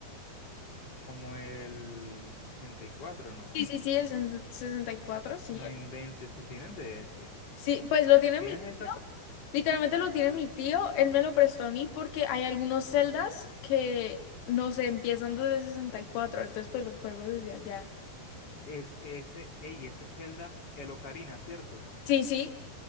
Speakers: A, on the left (about 30°); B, on the left (about 85°).
A: como el sesenta y cuatro ¿no?
B: Sí, sí, sí, el sen- 64 sí.
A: No
B: eh.
A: inventes, tú tienes de ese.
B: Sí, pues lo tiene
A: Tienes
B: mi tío.
A: esa,
B: Literalmente lo tiene mi tío. Él me lo prestó a mí porque hay algunos celdas que no se empiezan desde sesenta y cuatro Entonces, pues los juego desde allá.
A: es ese, ey, ese Zelda, el Ocarina, ¿cierto?
B: Sí, sí.